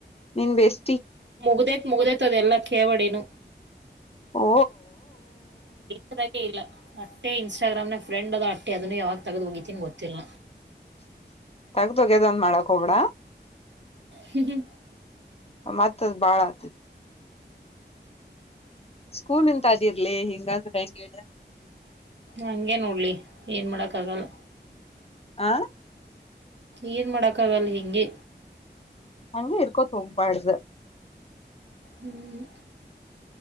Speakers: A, on the left; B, on the right.
A: ನೀನ್ ಬೇಸ್
B: ಮುಗ್ದೈತ್ ಮುಗ್ದೈತ್ದೆಲ್ಲ ಕೇಳವಡೇನು
A: ಓ
B: ಇದಾಗೆ ಇಲ್ಲ ಅಟ್ಟೆ ಇನ್ಸ್ಟಾಗ್ರಾಮ್ ನ ಫ್ರೆಂಡ್ ಅದ ಅಟ್ಟೆ ಅದನ್ನು ಯಾವಾಗ ತಗದ್ ಹೋಗಿತೀನ ಗೊತ್ತಿಲ್ಲ ನ
A: ತಗ್ದೋಗ್ಯದೊಂದ ಮಾಡಾಕ್ ಹೋಗಬಳಾ
B: ಹ್ಮ
A: ಮತ್ತತ್ದ್ ಬಾಳ ಆತಿತಿ ಸ್ಕೂಲ್ ಇಂತ ಅದಿರ್ಲಿ ಹಿಂಗಂದ್ರ ಹೆಂಗ ಹೇಳ
B: ಹಗೆ ನೋಡ್ಲಿ ಏನ್ ಮಾಡಕ್ಕ ಆಗಲ್ಲ
A: ಆ
B: ಏನು ಮಾಡಕ ಅವೆ ಅಲ್ಲ ಹಿಗೆ
A: ಹಂಗ ಇರ್ಕೋತ್ ಹೋಗ್ಬಾರಡ್ದು
B: ಹ್ಮ್